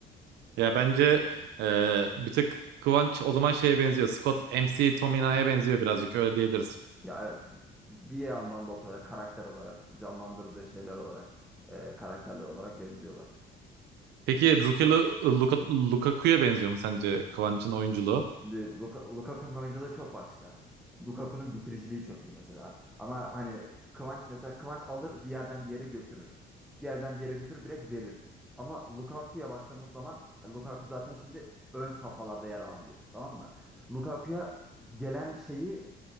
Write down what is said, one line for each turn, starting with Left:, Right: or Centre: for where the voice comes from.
Right: ya bence e, bir tık Kıvanç o zaman şeye benziyor. Scott MC Tomina'ya benziyor birazcık öyle diyebiliriz.
Centre: Ya evet bir yandan da olsa böyle karakter olarak canlandırdığı şeyler olarak e, karakterler olarak benziyorlar.
Right: Peki Rukelu Luka, Lukaku'ya benziyor mu sence Kıvanç'ın oyunculuğu?
Centre: Şimdi Luka- Lukaku'nun oyunculuğu çok başka. Lukaku'nun bitiriciliği çok iyi mesela. Ama hani Kıvanç mesela Kıvanç alır bir yerden bir yere götürür. Bir yerden bir yere götürür direkt verir. Ama Lukaku'ya baktığımız zaman yani Lukaku zaten şimdi ön safhalarda yer alan birisi tamam mı? Lukaku'ya gelen şeyi